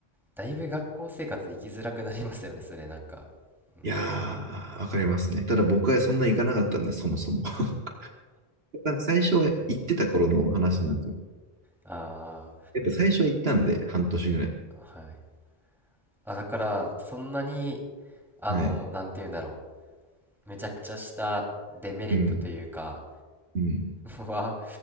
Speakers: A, in the centre; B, on the right.
A: だいぶ学校生活生きづらくなりますよね、それなんか。うん。
B: いやー、わかりますね。ただ僕はそんな行かなかったんで、そもそも。<laughs> だから最初は行ってた頃の話なんですよ。
A: あ
B: やっぱ最初は行ったんで、半年ぐらい。
A: あ、はい。あ、だから、そんなに、あの、
B: はい。
A: なんて言うんだろう。めちゃくちゃしたデメリットというか、
B: うん。うん。
A: は、